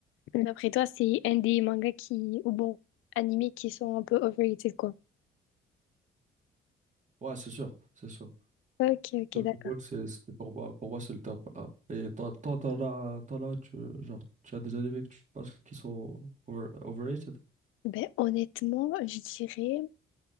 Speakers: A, on the left (about 85°); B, on the right (about 40°).
A: D'après toi, c'est un des mangas qui, ou bon, animés qui sont un peu overrated, quoi.
B: Ouais, c'est sûr, c'est sûr.
A: Ok, ok,
B: Donc
A: d'accord.
B: le goal, c'est c'est pour moi, pour moi c'est le top A. Et toi, toi, t'en as, t'en as, tu, genre, tu as des animés que tu penses qui sont over- overrated?
A: Ben honnêtement, je dirais.